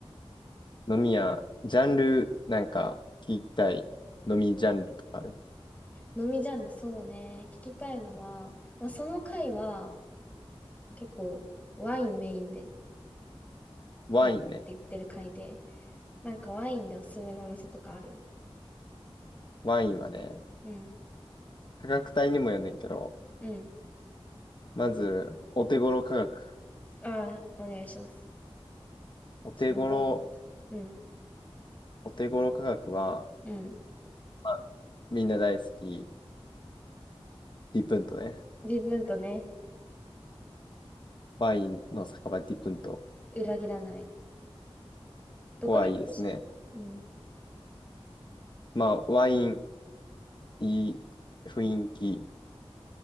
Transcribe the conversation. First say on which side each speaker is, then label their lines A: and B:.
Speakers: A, on the left; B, on the left.
A: ん。飲み屋、ジャンル、なんか、聞きたい飲みジャンルとかある
B: 飲みジャンルそうね聞きたいのは、まあ、その回は結構ワインメインで
A: ワインね。
B: やるって言ってる回でなんかワインでおすすめのお店とかある
A: ワインはね、
B: うん
A: 価格帯にもよんねんけど、
B: うん
A: まず、お手頃価格。
B: ああお願いします
A: お手頃、
B: 私メモるなうん
A: お手頃価格は、
B: うん
A: まあみんな大好き、ディプントね。
B: 自分とね
A: ワインの酒場ディプント。
B: 裏切らない。
A: ここはいいですね。
B: どこにもあるしね。うん。
A: まあ、ワイン、いい雰囲気、